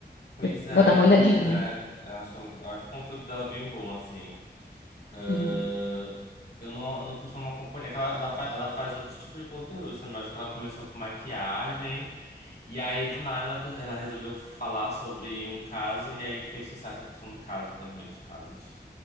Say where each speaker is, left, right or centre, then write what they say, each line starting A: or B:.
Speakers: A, on the left; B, on the left.
A: pois
B: Eu
A: é,
B: vou dar uma olhadinha.
A: pois é. Eu acho, ela- eu acho o conteúdo dela bem bom, assim. Ahn,
B: Uhum,
A: eu não, eu não costumo acompanhar, é que ela, ela, fa- ela faz outros tipos de conteúdo também. Eu acho que ela começou com maquiagem, e aí do nada ela, co- ela resolveu falar sobre um caso, e aí fez sucesso a questão do caso também, dos casos